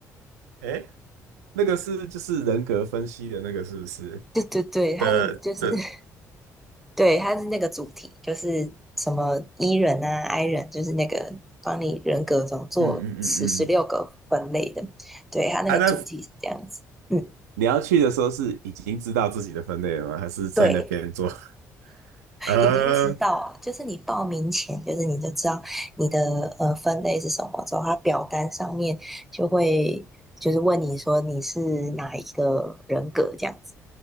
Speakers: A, on the right (about 75°); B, in the centre.
A: 哎，那个是就是人格分析的那个是不是
B: <laughs> 对对对，它是就是
A: 的？这嗯
B: <laughs> 对，它是那个主题，就是什么 E 人啊、I 人，就是那个帮你人格总做十十六个分类的。
A: 嗯嗯嗯，
B: 对，它那个主题是这样子。
A: 啊，那
B: 嗯，
A: 你要去的时候是已经知道自己的分类了吗？还是在那边做？
B: 对。
A: <laughs> 呃，
B: 已经知道了，就是你报名前，就是你就知道你的呃分类是什么之后，它表单上面就会就是问你说你是哪一个人格这样子，